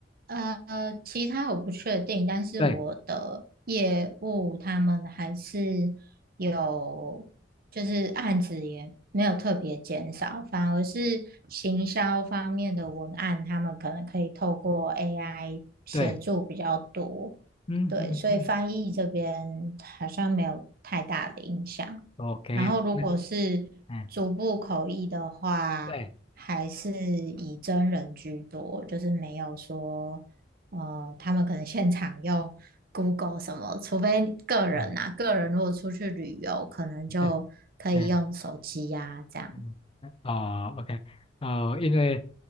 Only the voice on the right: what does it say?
呃，其他我不确定，但是我的业务他们还是有，
就是案子也没有特别减少，反而是行销方面的文案，他们可能可以透过 AI 协助比较多，
对，所以翻译这边好像没有太大的影响。
然后如果是逐步口译的话，
还是以真人居多，就是没有说，呃，他们可能现场用 Google 什么，除非个人啊，
个人如果出去旅游，可能就可以用手机呀、
这样。